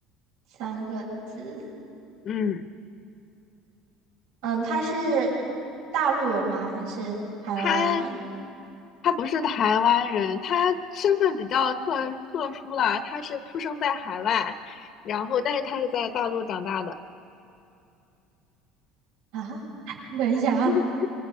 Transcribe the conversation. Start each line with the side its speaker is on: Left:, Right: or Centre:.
Right: 三个字。
Left: 嗯，
Right: 嗯，他是大陆人吗？还是台湾人
Left: 他他不是台湾人，他身份比较特特殊啦，他是出生在海外，然后但是他是在大陆长大的，
Right: 啊？<laughs> 等一下啊，
Left: <laughs>